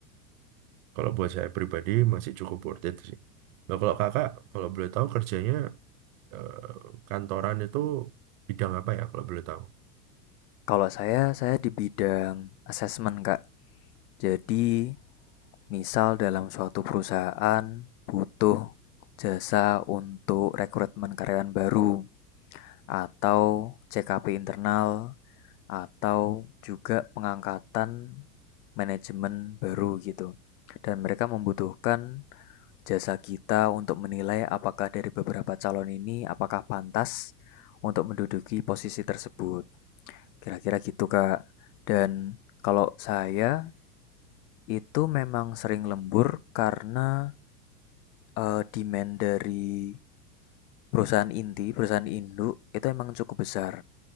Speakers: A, on the right; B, on the left.
A: kalau buat saya pribadi masih cukup worth it sih. Nah, kalau kakak, kalau boleh tahu kerjanya eh, kantoran itu bidang apa ya kalau boleh tahu?
B: kalau saya, saya di bidang assessment kak. Jadi, misal dalam suatu perusahaan butuh jasa untuk rekrutmen karyawan baru atau CKP internal atau juga pengangkatan manajemen baru gitu. Dan mereka membutuhkan jasa kita untuk menilai apakah dari beberapa calon ini apakah pantas untuk menduduki posisi tersebut. Kira-kira gitu, Kak. Dan kalau saya itu memang sering lembur karena eh, demand dari perusahaan inti, perusahaan induk itu emang cukup besar